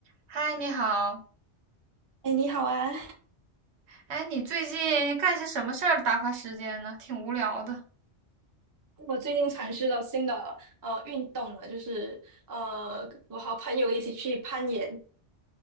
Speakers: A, on the right; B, on the right.
A: 嗨，你好。
B: 哎，你好啊！
A: 哎，你最近干些什么事儿打发时间呢？挺无聊的。
B: 我最近尝试了新的呃运动了，就是呃，我和朋友一起去攀岩。